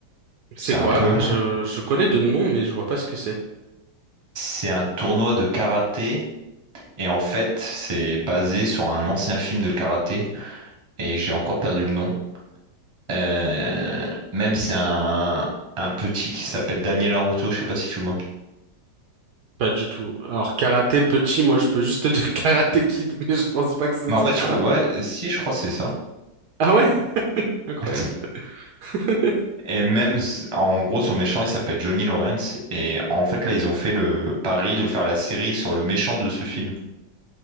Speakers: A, on the right (about 70°); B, on the right (about 20°).
A: C'est
B: C'est un
A: quoi?
B: peu...
A: Je, je connais de nom, mais je vois pas ce que c'est.
B: C'est un tournoi de karaté, et en fait, c'est basé sur un ancien film de karaté, et j'ai encore perdu le nom. Euh, Même c'est un... un petit qui s'appelle Daniel Larusso, je sais pas si tu vois.
A: Pas du tout. Alors, karaté petit, moi, je peux juste te dire <laughs> karaté kid, mais je pense pas que ce
B: Mais
A: soit
B: en fait,
A: ça.
B: je crois... Ouais, si, je crois que c'est ça.
A: Ah ouais? Incroyable.
B: Attends.
A: <laughs>
B: Et même, s- en gros, son méchant, il s'appelle Johnny Lawrence. Et en fait, là, ils ont fait le pari de faire la série sur le méchant de ce film.